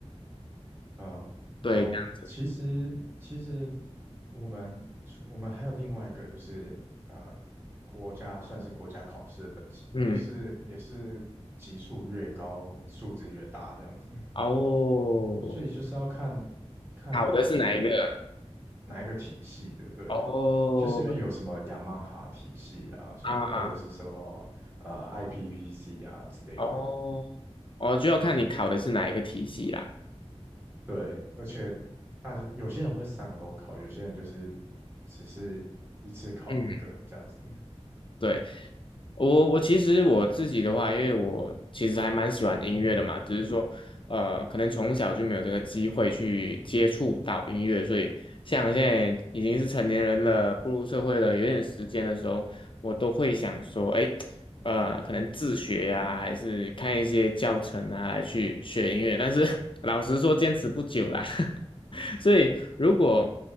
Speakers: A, on the right (about 20°); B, on the left (about 50°).
A: 嗯，
B: 对，
A: 哦，
B: 这样
A: 其实其实我们除我们还有另外一个就是呃，国家算是国家考试的等级，
B: 嗯，
A: 也是也是级数越高，数值越大这样子，
B: 哦，
A: 所以就是要看看哪一个
B: 考的是哪一个？
A: 哪一个体系的，对，
B: 哦，
A: 就是因为有什么雅马哈体系啊，说或者是什么呃
B: 啊啊，
A: IPPC 啊之类的，
B: 哦，哦，就要看你考的是哪一个体系啦。
A: 对，而且大家有些人会三个都考，有些人就是只是一次考一个这样子。
B: 嗯，对。
A: <laughs>
B: 我我其实我自己的话，因为我其实还蛮喜欢音乐的嘛，只是说，呃，可能从小就没有这个机会去接触到音乐，所以像现在已经是成年人了，步入社会了，有点时间的时候，我都会想说，哎，呃，可能自学呀、还是看一些教程啊，来去学音乐。但是 <laughs> 老实说，坚持不久啦。<laughs> 所以，如果